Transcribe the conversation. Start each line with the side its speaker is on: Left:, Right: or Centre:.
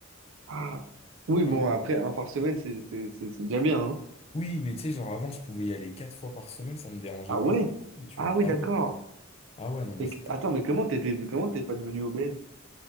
Right: Ah. Oui, bon,
Left: Impossible.
Right: après, un par semaine, c'est c'est- c'est- c'est déjà bien, hein.
Left: Oui, mais tu sais, genre avant je pouvais y aller quatre fois par semaine, ça me dérangeait
Right: Ah
Left: pas,
Right: ouais?
Left: je kiffais, tu
Right: Ah
Left: vois.
Right: oui,
Left: Bah
Right: d'accord.
Left: oui. Ah ouais, non, mais
Right: Et
Left: c'était,
Right: que- attends, mais comment t'étais, comment t'es pas devenu obèse?